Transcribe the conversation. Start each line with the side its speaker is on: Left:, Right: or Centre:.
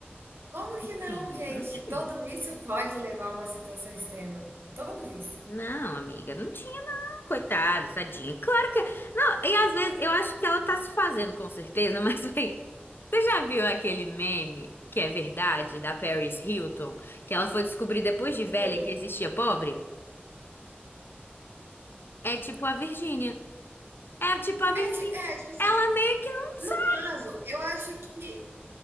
Right: Como que não,
Left: tinha,
Right: gente?
Left: não tinha.
Right: Todo vício pode levar a uma situação extrema. Todo vício.
Left: Não, amiga, não tinha, não. Coitada, tadinha. Claro que. Não, e às vezes eu acho que ela tá se fazendo com certeza, <laughs> mas aí. Você já viu aquele meme que é verdade da Paris Hilton? Que ela foi descobrir depois de velha
Right: Hum.
Left: que existia pobre? É tipo a Virgínia. É tipo a Virgínia.
Right: É, ti é, tipo assim,
Left: Ela meio que não
Right: no
Left: sabe.
Right: caso, eu acho que